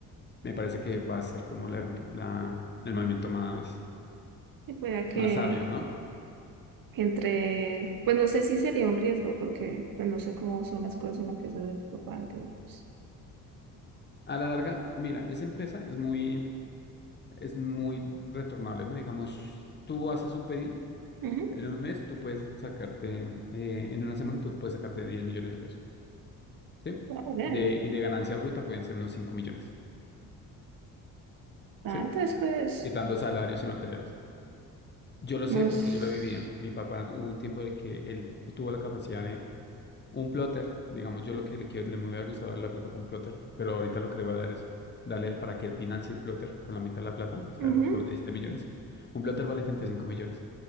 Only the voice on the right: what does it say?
que pueda que
entre, pues no sé si sería un riesgo, porque pues, no sé cómo son las cosas en la empresa de tu papá, entonces,
pues,
ujú,
está bien.
Ah,
entonces, pues,
nos...
ujú.